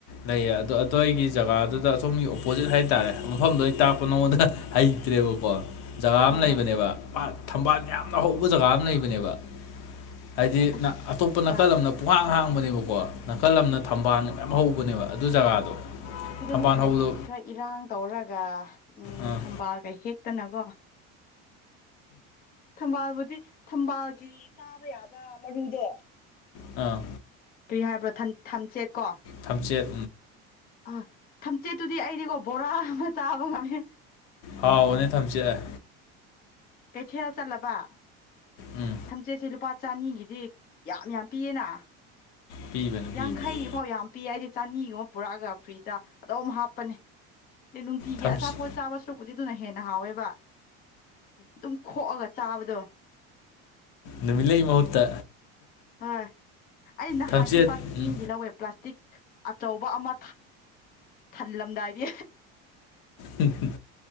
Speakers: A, on the left; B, on the left.
A: ꯂꯩꯌꯦ ꯑꯗꯣ ꯑꯗꯣꯏꯒꯤ ꯖꯒꯥꯗꯨꯗ ꯑꯁꯣꯝꯒꯤ ꯑꯣꯄꯣꯖꯤꯠ ꯍꯥꯏꯇꯥꯔꯦ ꯃꯐꯝꯗꯣ ꯇꯥꯛꯄ ꯅꯉꯣꯟꯗ ꯍꯩꯇ꯭ꯔꯦꯕꯀꯣ ꯖꯒꯥ ꯑꯃ
B: ꯑꯥ
A: ꯂꯩꯕꯅꯦꯕ ꯄꯥ ꯊꯝꯕꯥꯜ ꯌꯥꯝ ꯑꯍꯧꯕ ꯖꯒꯥ ꯑꯃ ꯂꯩꯕꯅꯦꯕ ꯍꯥꯏꯗꯤ
B: ꯑꯁ
A: ꯑꯇꯣꯞꯄ ꯅꯥꯀꯜ
B: ꯍꯣꯏ
A: ꯑꯃꯅ ꯄꯨꯡꯍꯥꯡ ꯍꯥꯡꯕꯅꯤ ꯅꯦꯕꯀꯣ ꯅꯥꯀꯜ ꯑꯃꯅ ꯊꯝꯕꯥꯜ ꯃꯌꯥꯝ ꯍꯧꯕꯅꯦꯕ ꯑꯗꯨ ꯖꯒꯥꯗꯣ
B: ꯑꯗꯨꯗꯅꯤꯅꯦ
A: ꯊꯝꯕꯥꯜ ꯍꯧꯕꯗꯣ
B: ꯑꯩꯈꯣꯏꯁꯦ ꯈꯔ ꯏꯔꯥꯡ ꯇꯧꯔꯒ ꯎꯝ
A: ꯑꯥ
B: ꯊꯝꯕꯥꯜꯒꯩ ꯍꯦꯛꯇꯅꯀꯣ ꯊꯝꯕꯥꯜꯕꯨꯗꯤ ꯊꯝꯕꯥꯜꯒꯤ ꯆꯥꯕ ꯌꯥꯕ ꯃꯔꯨꯗꯣ
A: ꯑꯥ
B: ꯀꯔꯤ ꯍꯥꯏꯕ꯭ꯔꯣ ꯊꯝꯆꯦꯠ ꯀꯣ
A: ꯊꯝꯆꯦꯠ
B: ꯑ ꯊꯝꯆꯦꯠꯇꯨꯗꯤ ꯑꯩꯗꯤꯀꯣ ꯕꯣꯔꯥ ꯑꯃ ꯆꯥꯕ ꯉꯝꯃꯦ
A: ꯍꯥꯎꯅꯦ ꯊꯝꯆꯑꯦ
B: ꯀꯩꯊꯦꯜꯦꯜ ꯆꯜꯂꯕ
A: ꯎꯝ
B: ꯊꯝꯆꯦꯠꯁꯦ ꯂꯨꯄꯥ ꯆꯅꯤꯒꯤꯗꯤ ꯌꯥꯝ ꯌꯥꯝ ꯄꯤꯌꯦꯅ
A: ꯄꯤꯕꯅꯦ ꯄꯤꯕꯅꯦ
B: ꯌꯥꯡꯈꯩ ꯐꯥꯎ ꯌꯥꯝ ꯄꯤ ꯍꯥꯏꯗꯤ ꯆꯅꯤꯒꯨꯝꯕ ꯄꯨꯔꯛꯑꯒ ꯐ꯭ꯔꯤꯖꯇ ꯑꯗꯨꯝ ꯍꯥꯞꯄꯅꯦ ꯅꯨꯡꯇꯤꯒꯤ
A: ꯊꯝꯆꯦꯠ
B: ꯑꯆꯥꯄꯣꯠ ꯆꯥꯕ ꯁꯔꯨꯛꯄꯨꯗꯤ ꯑꯗꯨꯅ ꯍꯦꯟꯅ ꯍꯥꯎꯋꯦꯕ ꯑꯗꯨꯝ ꯈꯣꯛꯑꯒ ꯆꯥꯕꯗꯣ
A: ꯅꯨꯃꯤꯂꯩ ꯃꯍꯨꯠꯇ
B: ꯍꯣꯏ ꯑꯩ ꯅꯍꯥꯟꯁꯨ
A: ꯊꯝꯆꯦꯠ
B: ꯂꯨꯄꯥ ꯑꯅꯤꯒꯤ
A: ꯎꯝ
B: ꯂꯧꯋꯦ ꯄ꯭ꯂꯥꯁꯇꯤꯛ ꯑꯆꯧꯕ ꯑꯃ ꯊꯜꯂꯝꯗꯥꯏꯗꯤ
A: ꯍꯝ ꯎꯝ